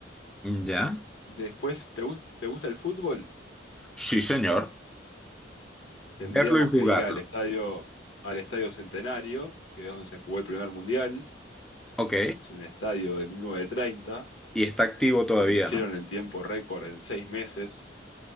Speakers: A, in the centre; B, on the left (about 75°).
A: ¿Ya?
B: Después, ¿te, gus- te gusta el fútbol?
A: Sí, señor.
B: Tendríamos
A: Verlo y jugarlo.
B: que ir al estadio, al Estadio Centenario, que es donde se jugó el primer mundial.
A: Ok.
B: Es un estadio de 1930
A: Y está activo todavía,
B: que lo hicieron
A: ¿no?
B: en tiempo récord en seis meses.